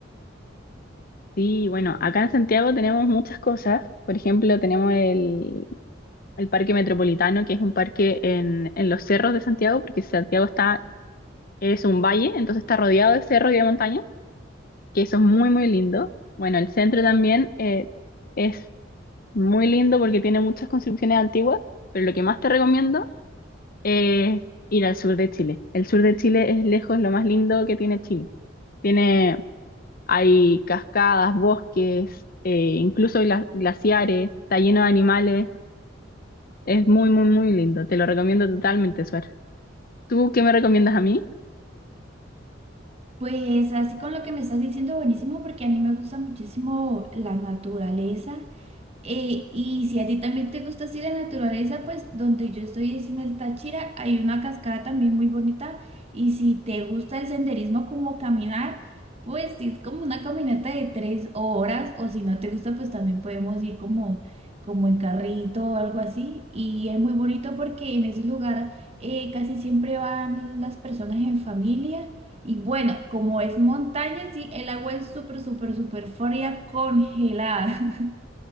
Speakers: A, on the left; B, on the right.
A: Sí, bueno, acá en Santiago tenemos muchas cosas. Por ejemplo, tenemos el, el Parque Metropolitano, que es un parque en, en los cerros de Santiago, porque Santiago está, es un valle, entonces está rodeado de cerros y de montañas, que eso es muy, muy lindo. Bueno, el centro también eh, es muy lindo porque tiene muchas construcciones antiguas, pero lo que más te recomiendo eh, ir al sur de Chile. El sur de Chile es lejos lo más lindo que tiene Chile. Tiene, hay cascadas, bosques, eh, incluso gla- glaciares, está lleno de animales. Es muy, muy, muy lindo. Te lo recomiendo totalmente, Suar. ¿Tú qué me recomiendas a mí?
B: Pues así con lo que me estás diciendo, buenísimo, porque a mí me gusta muchísimo la naturaleza. Eh, y si a ti también te gusta así la naturaleza, pues donde yo estoy es en el Táchira, hay una cascada también muy bonita. Y si te gusta el senderismo como caminar, pues sí, es como una caminata de tres horas. O si no te gusta, pues también podemos ir como, como en carrito o algo así. Y es muy bonito porque en ese lugar eh, casi siempre van las personas en familia. Y bueno, como es montaña, sí, el agua es súper, súper, súper fría, congelada. <laughs>